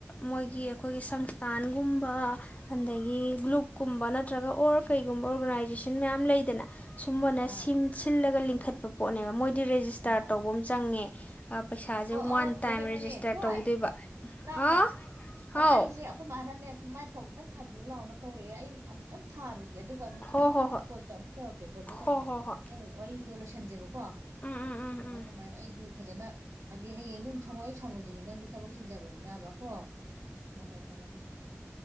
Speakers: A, on the left (about 30°); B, on the right (about 85°).
A: ꯃꯣꯏꯒꯤ
B: ꯎꯝ
A: ꯑꯩꯈꯣꯏꯒꯤ ꯁꯪ ꯇꯥꯟꯒꯨꯝꯕ ꯑꯗꯒꯤ ꯒ꯭ꯂꯨꯞꯀꯨꯝꯕ ꯅꯠꯇ꯭ꯔꯒ ꯑꯣꯔ ꯀꯩꯒꯨꯝꯕ ꯑꯣꯔꯒꯅꯥꯏꯖꯦꯁꯟ ꯃꯌꯥꯝ ꯌꯥꯝ ꯂꯩꯗꯅ ꯁꯨꯝꯕꯅ
B: ꯑꯥ
A: ꯁꯤꯜꯂꯒ ꯄꯈꯠꯄ ꯄꯣꯠꯅꯦꯕ ꯃꯣꯏ ꯗꯤ ꯔꯦꯖꯤꯁꯇꯥꯔ
B: ꯑꯣ ꯑꯣ
A: ꯇꯧꯕ ꯑꯃ ꯆꯪꯉꯦ ꯄꯩꯁꯥꯁꯦ ꯋꯥꯟ
B: ꯑꯣ
A: ꯇꯥꯏꯝ
B: ꯑꯣ ꯀꯩꯅꯣꯅꯦ
A: ꯔꯦꯖꯤꯁꯇꯔ
B: ꯊꯣꯏ
A: ꯇꯧꯗꯣꯏꯕ
B: ꯇꯥꯕ꯭ꯔꯥ
A: ꯑꯥ
B: ꯑꯣ
A: ꯍꯥꯎ
B: ꯑꯩꯁꯦ ꯑꯩꯈꯣꯏ ꯃꯅꯥꯅꯦ ꯃꯥꯏꯐꯝ ꯑꯝꯇꯪ ꯊꯥꯕꯤꯌꯨ ꯂꯥꯎꯅ ꯀꯧꯔꯛꯑꯦ ꯑꯩ ꯑꯃꯨꯇꯪ ꯊꯥꯔꯨꯅꯦ ꯑꯗꯨꯒ ꯑꯃꯨꯛ
A: ꯍꯣ
B: ꯑꯃꯨꯛꯇꯣꯨꯛ
A: ꯍꯣ ꯍꯣꯏ
B: ꯇꯧꯔꯛꯀꯦ ꯀꯣꯜꯕꯩ ꯇꯧꯔꯛꯀꯦꯪ
A: ꯍꯣ ꯍꯣ ꯍꯣꯏ
B: ꯋꯥꯔꯤ ꯈꯟꯖꯕ ꯀꯣ
A: ꯎꯝ ꯎꯝ ꯎꯝ
B: ꯀꯃꯥꯏ
A: ꯎꯝ
B: ꯀꯃꯥꯏꯅ ꯑꯩꯁꯨ ꯐꯖꯅ ꯑꯗꯤ ꯍꯌꯦꯡꯁꯨ ꯁꯪꯉꯏ ꯌꯥ ꯁꯪꯉꯣꯏꯅꯤ ꯅꯪꯗꯤ ꯊꯛ ꯄꯨꯁꯤꯟꯖꯕꯅꯤꯅꯕꯀꯣ ꯍꯣꯏ ꯍꯣꯏ ꯊꯝꯃꯦ ꯊꯝꯃꯦ ꯎꯝ